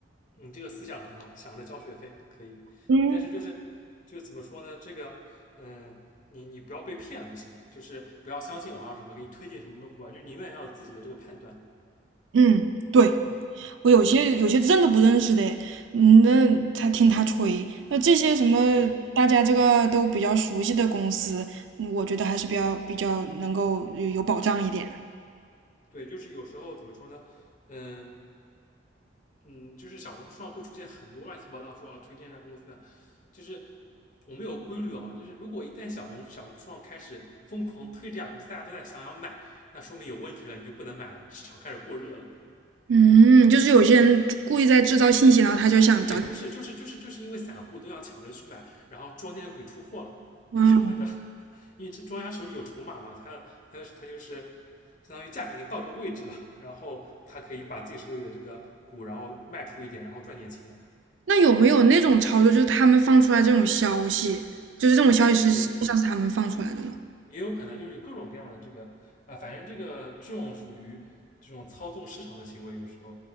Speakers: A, on the left; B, on the right.
A: 嗯，你这个思想很好，想着交学费可以，
B: 嗯
A: 但是就是就是怎么说呢，这个，嗯、呃你你不要被骗了就行了，就是不要相信网上什么给你推荐什么什么股啊，就是你永远要有自己的这个判断，
B: 嗯，对，
A: 嗯，
B: 我有些有些认都不认识的，嗯那他听他吹，那这些什么
A: 对
B: 大家这个都比较熟悉的公司，嗯我觉得还是比较比较能够有有保障一点。
A: 对，就是有时候怎么说呢，嗯、嗯，就是小红书上会出现很多乱七八糟说啊推荐一下公司的，就是我们有规律哦，就是如果一旦小红小红书上开始疯狂推这家公司，大家都在想要买，那说明有问题了，你就不能买了，市场开始过热了。
B: 嗯，就是有些人故意在制造信息，然后他就想找。
A: 也不是，就是就是就是因为散户都想抢着去买，然后庄家就可以出货了。
B: 嗯，
A: 就是那个，因为这庄家手里有筹码嘛，他他他就是相当于价格已经到这个位置了，然后他可以把自己手里的这个股，然后卖出一点，然后赚点钱，
B: 那有没有那种操作，就是他们放出来这种消息，就是这种消息是实际上是他们放出来的呢？
A: 也也有可能就是有各种各样的这个啊、呃反正这个这种属于这种操纵市场的行为，有时候，